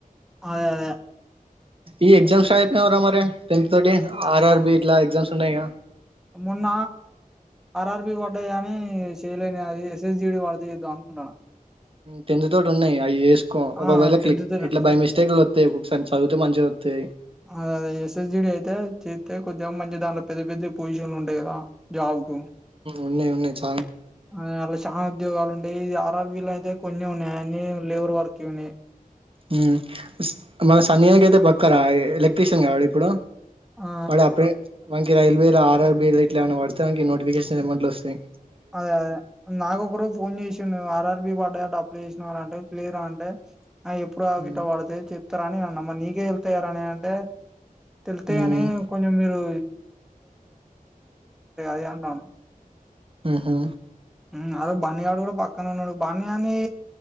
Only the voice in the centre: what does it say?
అదే అదే
మొన్న ఆర్ఆర్ బి పడ్డాది గని చేయలేనే అది ఎస్ఎస్ జీడి పడితే చేద్దాం అనుకుంటాన
ఆ టెన్త్
త
అదే అదే ఎస్ఎస్ జిడి అయితే చెత్తే కొద్దిగా మంచిగా దాన్లో పెద్ద పెద్దయి పొజిషన్లు ఉంటాయి కదా జాబ్కు
ఆ అలా చాలా ఉద్యోగాలు ఉంటా ఏ ఇ ఆర్ఆర్బిలు అయితే కొన్ని ఉన్నాయి అని లేబర్ వర్క్ ఉన్నాయి
ఆ
అదే అదే నాక ఒక రోజు ఫోన్ చేసిా ఆర్ఆర్బి పడయట అప్లై చేసి ఆ రా అంటే ప్రీ రా అంటే ఆ ఇప్పుడు అవి
గిట్ట వడతే చెప్ రాణి అన్న అమ్మ నీకే ఎల తే రాి అని అంటే తెళ్తే
గని కొంచెం మీరు <unintelligible>
ఊ అరోజు బన్నీగాడు కూడా పక్కన ఉన్నాడు బన్నిగాన్ని అని